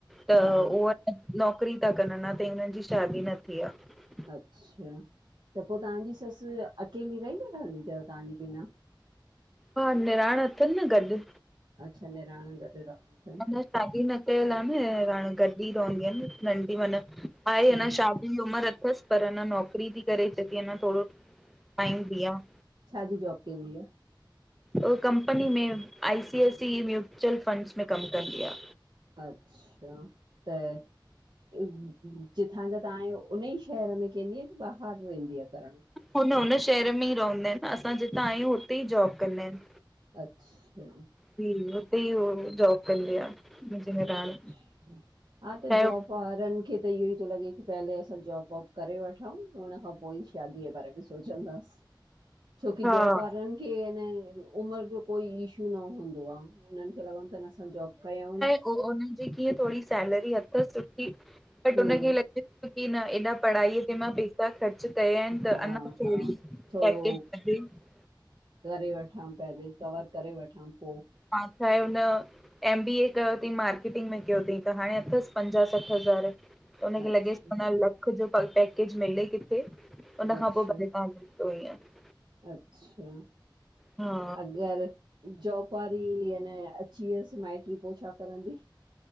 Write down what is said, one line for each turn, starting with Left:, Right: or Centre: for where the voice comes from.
Centre: त
Right: हा
Centre: उहा नौकरी था कनि अञा ताईं हुननि जी शादी न थी आहे
Right: अच्छा, त पोइ तव्हांजी ससु अकेली <unintelligible> वठदी थव तव्हांजी बिना?
Centre: हा निणान अथनि न गॾु।
Right: अच्छा निणान गॾु रहन्दी थन।
Centre: त शादी न कयल आह न हाण गॾ ई रहंदी नंढी माना
Right: अच्छा
Centre: आहे हना शादी दी उमिरि अथसि पर अञ नौकिरी थी करे चय ती अन्ना थोरो टाइम बि आह।
Right: छा जी जॉब केंदी आह?
Centre: उह कंपनी में I C I C mutual funds में कमु कंदी आह।
Right: अच्छा त जिथां जा तव्हांजो उन ई शहर में कंहिंदी की ॿाहिरि वेंदी आ करणु
Centre: हुन, हुन शहर में ई रवन्दा आहिनि असां जितां आहियूं हुते ई जॉब कंदा आहिन।
Right: अच्छा।
Centre: <unintelligible> हुते ई हो जॉब कंदी आ। मुंहिंजी निणान।
Right: अच्च्, हा त
Centre: चाहे
Right: जॉब ॿारनि खे त इहो ई थो लॻे की पेहले असां जॉब वॉब करे वठूं उन खां पोइ ई शादी बारे बि सोचंदास छो की
Centre: हा
Right: जॉब वारनि की अ न उमिरि जो कोई इशू न हूंदो आह उन्हनि खे लॻंदो त न असां जॉब कयऊ
Centre: उह हुनन जी कीअं थोरी सैलरी अथसि सुठी बट
Right: हम्म
Centre: हुनखे लॻे की न हेॾा पढ़ाईअ ते मां बे पर ख़र्च कया आहिनि त
Right: हा
Centre: अञा थोरी
Right: हा थोड़ो
Centre: पैकेट <unintelligible>
Right: करे वठां पेहले कवर करे वठां पोइ
Centre: हा छा आहे हुन एम बी ए कयो थईं मार्केटिंग में कयो थई त हाणे अथसि पंजाहु सठि हज़ार। हुनखे
Right: अच्छा
Centre: लॻेसि प लख जो प पैकेज मिले किथे हुनन
Right: अच्छा
Centre: खां पोइ भले तव्हांखे <unintelligible> <unintelligible>
Right: अच्छा
Centre: हा
Right: अगरि जॉब वारी यान अची वियसि माइटी पोइ छा करंदी?